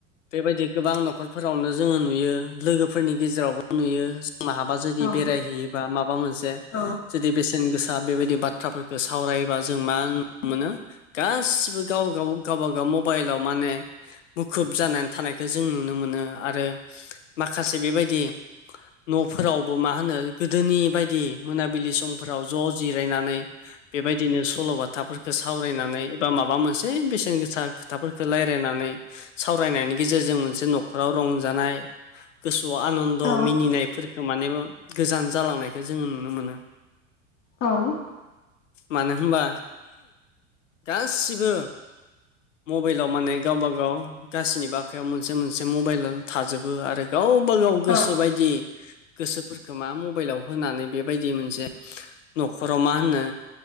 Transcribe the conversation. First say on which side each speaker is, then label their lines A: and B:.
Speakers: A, on the left; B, on the left.
A: बेबायदि गोबां न'खरफोरावनो जोङो नुयो लोगोफोरनि गेजेरावबो नुयो जों महाबा जुदि
B: औ
A: बेरायहैयोबा माबा मोनसे
B: औ
A: जुदि बेसे बेसेन गोसा बेबायदि बाथ्राफोरखौ सावरायायोबा जों मा नुनो मोनो गाससिबो गाव गाव गावबागाव मबाइलाव माने मुखुब जानानै थानायखौ जों नुनो मोनो आरो माखासे बेबायदि न'फोरावबो मा होनो गोदोनि बायदि मोनाबिलि सम फोराव ज' जिरायनानै बेबायदिनो सल'बाथाफोरखौ साव रायनानै एबा माबा मोनसे बेसेन गोसा खोथाफोरखौ रायज्लायनानै सावरायनायनि गेजेरजों मोनसे न'खराव रंजानाय गोसोआव आनन्द
B: औ
A: मिनिनायफोरखौ माने गोजान जालांनायखौ जोंङो नुनो मोनो
B: औ
A: मानो होनबा गासिबो मबाइलाव माने गावबा गाव गाससिनिबो आखायाव मोनसे मोनसे मबाइल थाजोबो आरो गावबा गाव गोसो
B: औ
A: बायदि गोसोफोरखौ मा मबाइलाव होनानै बेबायदि मोनसे न'खराव मा होनो